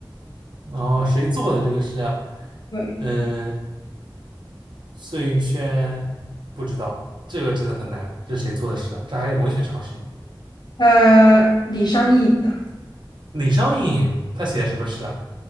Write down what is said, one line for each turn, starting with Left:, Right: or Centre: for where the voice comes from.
Right: 哦，谁做的这个诗啊？
Left: 对，
Right: 嗯，碎玉轩不知道，这个真的很难，这是谁做的诗啊？这还有文学常识呢。
Left: 呃，李商隐的，
Right: 李商隐他写的什么诗啊？